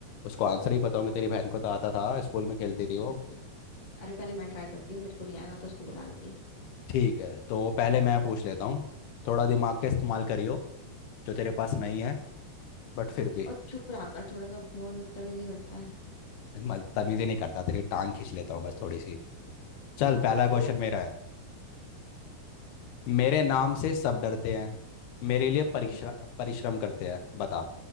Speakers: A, on the left; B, on the left.
A: उसको आंसर ही बताऊंगी तेरी बहन को तो आता था
B: ठीक
A: स्कूल
B: है
A: में खेलती
B: ठीक
A: थी
B: है
A: वो
B: ठीक है अरे पहले मैं ट्राई करती हूँ मेरे को नहीं आएगा तो उसको बुला लूंगी
A: ठीक है तो पहले मैं पूछ लेता हूँ थोड़ा दिमाग का
B: ठीक
A: इस्तेमाल
B: है
A: करियो जो तेरे पास नहीं है बट फिर भी
B: और चुप रहा कर थोड़ा सा बहुत बदतमीजी करता है
A: मैं तमीज़ी नहीं करता तेरी टांग खींच लेता हूँ बस थोड़ी सी चल
B: हम्म,
A: पहला
B: बदतमीज
A: क्वेश्चन मेरा है मेरे नाम से सब डरते हैं मेरे लिए परिश्रम
B: हम्म
A: परिश्रम करते हैं बता